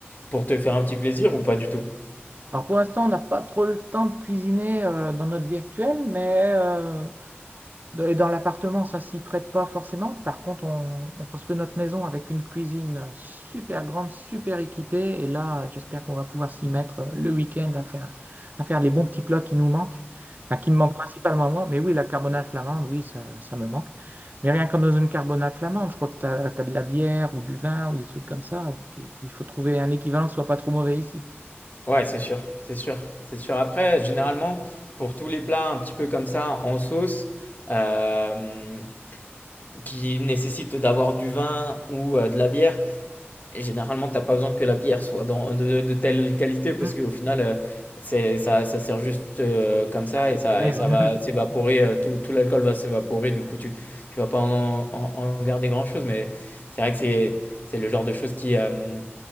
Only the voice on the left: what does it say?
pour te faire un petit plaisir ou pas du tout?
Ouais, c'est sûr, c'est sûr, c'est sûr. Après, généralement, pour tous les plats un petit peu comme ça, en sauce, euh, qui nécessitent d'avoir du vin ou euh, de la bière, et généralement, t'as pas besoin que la bière soit dans, de, de telle qualité, parce
qu'au final, euh, c'est, ça, ça sert juste euh, comme ça, et
ça,
et ça va s'évaporer, euh, tout, tout l'alcool va s'évaporer, du coup, tu, tu vas pas en, en- en garder grand-chose, mais c'est vrai que c'est, c'est le genre de choses qui, euh,